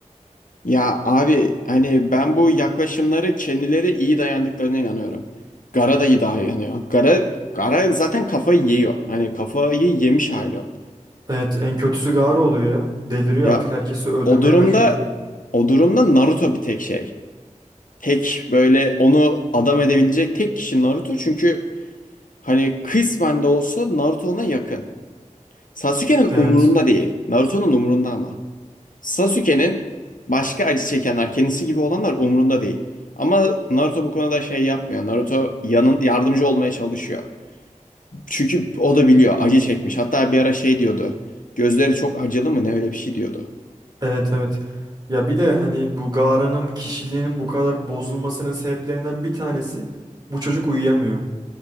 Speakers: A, on the left; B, on the right.
A: Ya abi hani ben bu yaklaşımları kendileri iyi dayandıklarına inanıyorum. Gara da iyi dayanıyor. Gara, Gara zaten kafayı yiyor. Hani kafayı yemiş hali o.
B: Evet, en kötüsü Gaara oluyor ya. Deliriyor
A: Ya
B: artık herkesi öldürmeye
A: o durumda
B: başlıyor.
A: o durumda Naruto bir tek şey. Tek böyle onu adam edebilecek tek kişi Naruto. Çünkü hani kısmen de olsa Naruto ona yakın. Sasuke'nin
B: Evet,
A: umurunda değil. Naruto'nun umurunda ama. Sasuke'nin başka acı çekenler, kendisi gibi olanlar umurunda değil. Ama Naruto bu konuda şey yapmıyor. Naruto yanın yardımcı olmaya çalışıyor. Çünkü o da biliyor acı çekmiş. Hatta bir ara şey diyordu. Gözleri çok acılı mı ne öyle bir şey diyordu.
B: evet, evet. Ya bir de hani bu Gara'nın kişiliğinin bu kadar bozulmasının sebeplerinden bir tanesi bu çocuk uyuyamıyor.